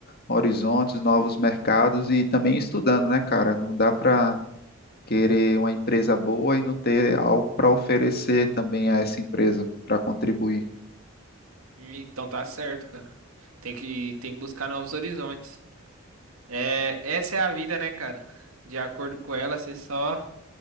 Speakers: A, on the left; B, on the right.
A: horizontes, novos mercados e também estudando, né, cara? Não dá para querer uma empresa boa e não ter algo para oferecer também a essa empresa, para contribuir.
B: Ih, Então tá certo, cara. Tem que, tem que buscar novos horizontes. É, essa é a vida, né, cara? De acordo com ela, você só